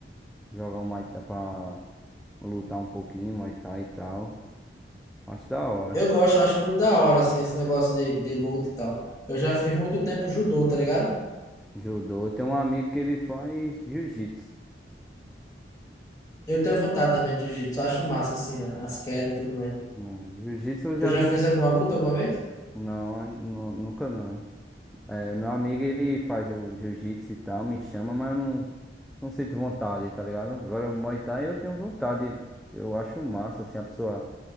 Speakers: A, in the centre; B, on the left (about 20°).
A: jogar um Muay Thai, pra lutar um pouquinho, Muay Thai e tal. Acho da hora.
B: Eu gosto, eu acho muito da hora, assim, esse negócio de, de luta e tal. Eu já fiz muito tempo judô, tá ligado?
A: Judô. Eu tenho um amigo que ele faz jiu-jitsu.
B: Eu tenho vontade também de jiu-jitsu, eu acho massa, assim, as quedas e tudo mais.
A: Hum, Jiu-jitsu eu já
B: Tu já
A: não.
B: fez alguma luta alguma vez?
A: Não, nu- nunca não. É, meu amigo ele faz o jiu-jitsu e tal, me chama, mas eu não, não sinto vontade, tá ligado? Agora o Muay Thai eu tenho vontade. Eu acho massa, assim, a pessoa